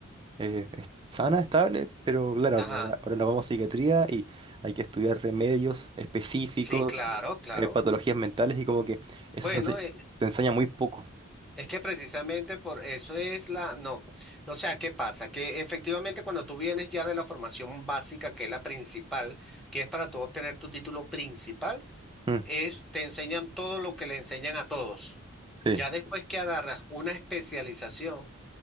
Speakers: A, on the right; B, in the centre.
A: eh, es- sana, estable, pero claro,
B: Ajá.
A: ahora, ahora nos vamos a psiquiatría y hay que estudiar remedios específicos,
B: Sí, claro, claro.
A: eh, patologías mentales y como que eso
B: Bueno,
A: se ense-
B: eh,
A: te enseña muy poco.
B: Es que precisamente por eso es la... No, o sea, ¿qué pasa? Que efectivamente cuando tú vienes ya de la formación básica, que es la principal, que es para tú obtener tu título principal,
A: Mm,
B: es, te enseñan todo lo que le enseñan a todos.
A: sí,
B: Ya después que agarras una especialización,